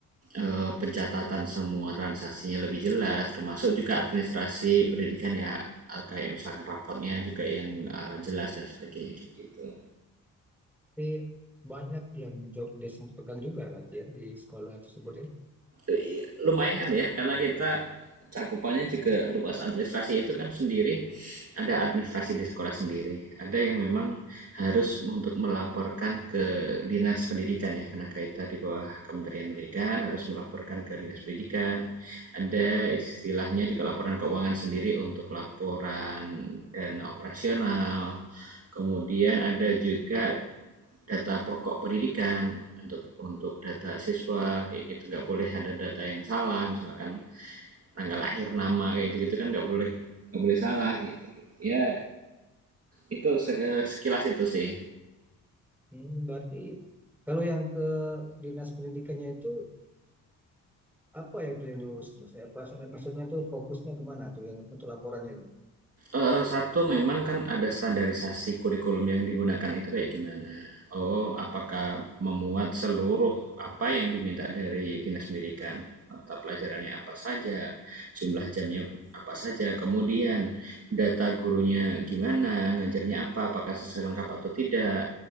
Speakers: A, on the right; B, in the centre.
A: eh, pencatatan semua transaksinya lebih jelas termasuk juga administrasi pendidikan ya eh, kayak misalkan raportnya juga yang eh, jelas dan sebagainya gitu
B: tapi banyak yang job desk yang dipegang juga berarti ya di sekolah tersebut ya <clears throat>
A: eh, lumayan ya karena kita cakupannya juga luas administrasi itu kan sendiri ada administrasi di sekolah sendiri ada yang memang harus untuk melaporkan ke dinas pendidikan ya karena kita di bawah Kementerian Pendidikan harus melaporkan ke dinas pendidikan ada istilahnya juga laporan keuangan sendiri untuk laporan dana operasional kemudian ada juga data pokok pendidikan untuk data siswa kayak gitu nggak boleh ada data yang salah misalkan tanggal lahir nama kayak gitu gitu kan nggak boleh nggak boleh salah gitu, gitu. ya itu sekilas itu sih
B: Hmm, berarti kalau yang ke dinas pendidikannya itu apa ya itu yang diurus mas apa maksudnya tuh fokusnya kemana tuh yang untuk laporannya itu
A: Eh, satu memang kan ada standarisasi kurikulum yang digunakan itu kayak gimana oh apakah memuat seluruh apa yang diminta dari dinas pendidikan mata pelajarannya apa saja jumlah jamnya apa saja, kemudian data gurunya gimana, ngajarnya apa, apakah sesuai lengkap atau tidak,